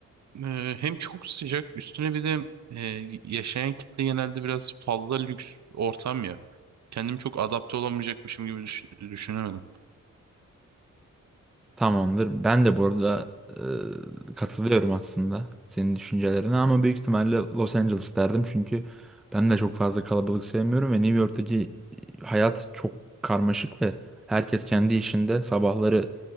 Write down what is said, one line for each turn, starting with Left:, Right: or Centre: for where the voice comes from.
Right: e, hem çok sıcak üstüne bir de e, yaşayan kitle genelde biraz fazla lüks ortam ya. Kendimi çok adapte olamayacakmışım gibi düş- düşünemedim.
Centre: Tamamdır. Ben de bu arada e, katılıyorum aslında senin düşüncelerine ama büyük ihtimalle Los Angeles derdim çünkü ben de çok fazla kalabalık sevmiyorum ve New York'taki hayat çok karmaşık ve herkes kendi işinde sabahları